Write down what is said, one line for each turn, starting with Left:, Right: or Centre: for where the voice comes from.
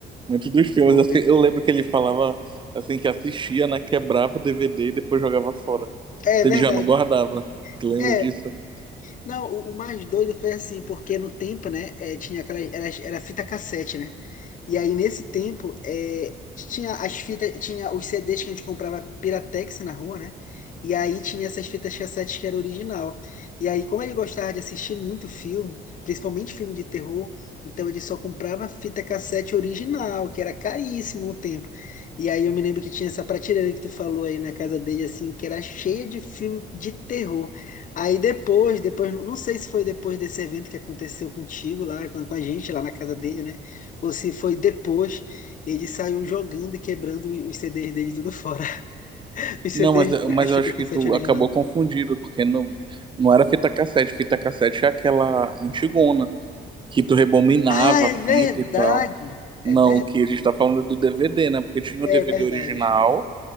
Right: muito dos filmes.
Left: Foi.
Right: Assim, eu lembro que ele falava, assim, que assistia, né, quebrava o DVD e depois jogava fora.
Left: É
Right: Se
Left: verdade.
Right: ele já não guardava. Tu Lembra
Left: É,
Right: disso?
Left: Não, o, o mais doido foi assim, porque no tempo, né, eh, tinha aquela, era, era fita cassete, né? E aí nesse tempo, eh, tinha as fitas, tinha os CDs que a gente comprava Piratex na rua, né? E aí tinha essas fitas cassetes que era original. E aí, como ele gostava de assistir muito filme, principalmente filme de terror, então ele só comprava fita cassete original, que era caríssimo no tempo. E aí eu me lembro que tinha essa prateleira que tu falou aí na casa dele, assim, que era cheia de filme de terror. Aí depois, depois, não sei se foi depois desse evento que aconteceu contigo lá, com com a gente lá na casa dele, né? Ou se foi depois, ele saiu jogando e quebrando os CDs dele tudo fora. <laughs> Os
Right: Não,
Left: CDs,
Right: mas, mas
Left: as fitas
Right: eu acho
Left: cassete
Right: que tu
Left: original.
Right: acabou confundido, porque não, não era fita cassete. Fita cassete é aquela antigona, que tu rebobinava
Left: Ah, é
Right: a fita
Left: verdade!
Right: e tal.
Left: É
Right: Não,
Left: verdade.
Right: o que a gente tá falando é do DVD, né? Porque tinha
Left: É
Right: o DVD
Left: verdade.
Right: original,